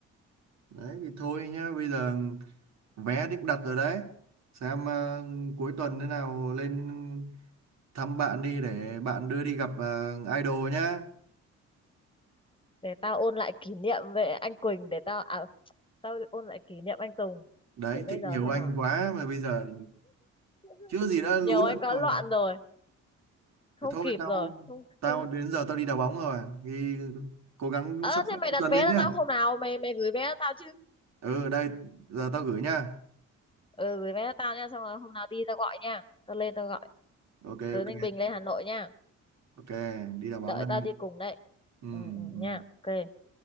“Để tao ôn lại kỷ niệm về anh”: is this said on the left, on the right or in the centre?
Left